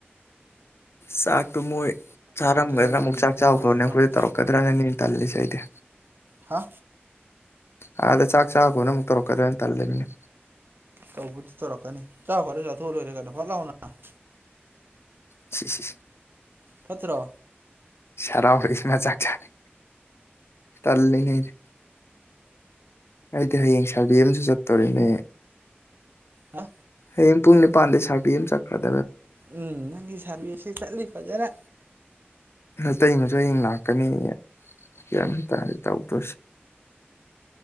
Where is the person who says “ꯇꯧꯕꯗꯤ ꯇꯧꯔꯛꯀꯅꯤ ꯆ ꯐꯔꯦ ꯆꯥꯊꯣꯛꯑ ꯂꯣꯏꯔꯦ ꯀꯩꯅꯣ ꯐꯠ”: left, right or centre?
Right